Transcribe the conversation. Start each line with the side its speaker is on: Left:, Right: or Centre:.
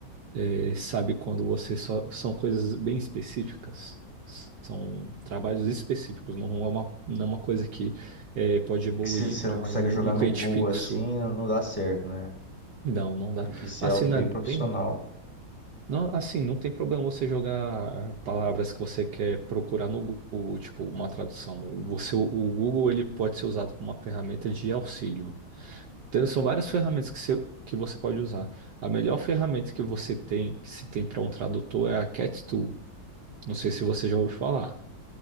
Right: Eh, sabe quando você só são coisas bem específicas? São trabalhos específicos, não é uma, não é uma coisa que eh, pode evoluir
Centre: Que se você
Right: para
Centre: não consegue
Right: um
Centre: jogar
Right: um cliente
Centre: no Google
Right: fixo.
Centre: assim, não, não dá certo, né?
Right: Não, não dá.
Centre: Tem que ser
Right: Assim,
Centre: algo
Right: não
Centre: bem
Right: é
Centre: profissional.
Right: nem Não, assim, não tem problema você jogar ah, palavras que você quer procurar no Google, tipo uma tradução. Você, o o Google, ele pode ser usado como uma ferramenta de auxílio. Então, são várias ferramentas que você, que você pode usar. A melhor ferramenta que você tem, que se tem para um tradutor, é a Cat Tool. Não sei se você já ouviu falar.